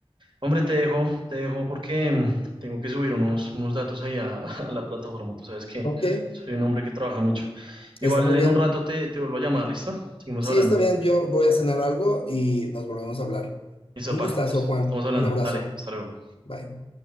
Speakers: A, on the right; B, on the left.
A: Hombre, te dejo, te dejo porque mm, tengo que subir unos, unos datos ahí a, <laughs> a la plataforma, tú sabes que
B: Ok,
A: soy un hombre que trabaja mucho. Igual
B: está muy
A: en
B: bien.
A: un rato te, te vuelvo a llamar, ¿listo? Seguimos
B: Sí,
A: hablando.
B: está bien, yo voy a cenar algo y nos volvemos a hablar.
A: Listo,
B: Un
A: pa,
B: gustazo,
A: entonces,
B: Juan.
A: estamos hablando,
B: Un abrazo.
A: dale, hasta luego.
B: Bye.